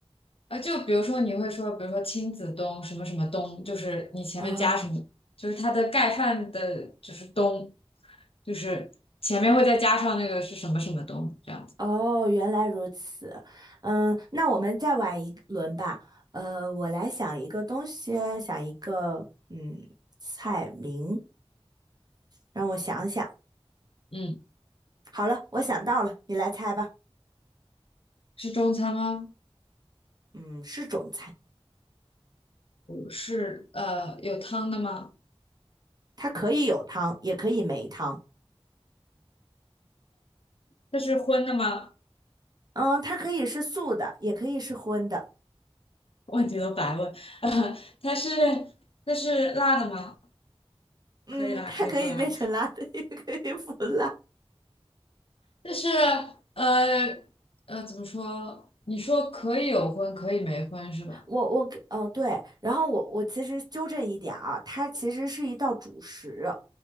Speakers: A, on the left (about 65°); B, on the right (about 40°).
A: 呃，就比如说你会说，比如说亲子东什么什么东，就是你前面加什么，
B: 哦
A: 就是它的盖饭的，就是东，就是前面会再加上那个是什么什么东这样子，
B: 哦，原来如此。嗯，那我们再玩一轮吧。呃，我来想一个东西，想一个嗯菜名，让我想想。
A: 嗯，
B: 好了，我想到了，你来猜吧。
A: 是中餐吗？
B: 嗯，是中菜，
A: 是呃有汤的吗？
B: 它可以有汤，也可以没汤。
A: 它是荤的吗？
B: 嗯，它可以是素的，也可以是荤的。
A: 问题都白问。<laughs> 呃，它是它是辣的吗？
B: 嗯，
A: 可以辣，
B: 它可以变成辣的，
A: 可以不辣。
B: 也可以不辣。
A: 但是呃呃，怎么说？你说可以有荤，可以没荤是吧？
B: 我我给呃对，然后我我其实纠正一点啊，它其实是一道主食，